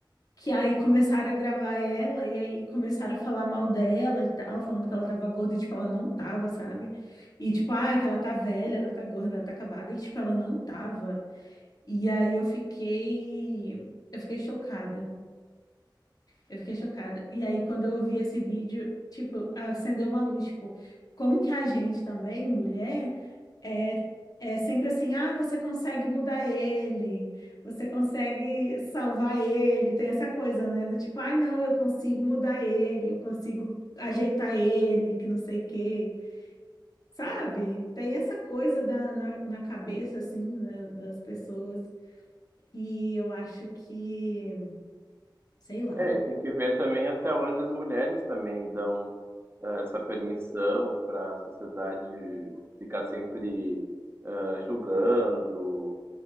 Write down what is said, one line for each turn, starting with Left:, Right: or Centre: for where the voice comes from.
Left: Que aí começaram a gravar ela e aí começaram a falar mal dela e tal, falando que ela tava gorda e, tipo, ela não tava, sabe? E, tipo, ah, que ela tá velha, ela tá gorda, ela tá acabada e, tipo, ela não tava. E aí eu fiquei. Eu fiquei chocada. Eu fiquei chocada. E aí quando eu ouvi esse vídeo, tipo, acendeu uma luz, tipo, como que a gente também, mulher. É, é sempre assim, ah, você consegue mudar ele, você consegue salvar ele, tem essa coisa, né? Do tipo, ai, não, eu consigo mudar ele, eu consigo ajeitar ele, que não sei o quê, sabe? Tem essa coisa da, na, na cabeça, assim, né, das pessoas, que eu acho que, sei lá.
Right: É, e tem que ver também até onde as mulheres também dão eh, essa permissão para a sociedade ficar sempre ah, julgando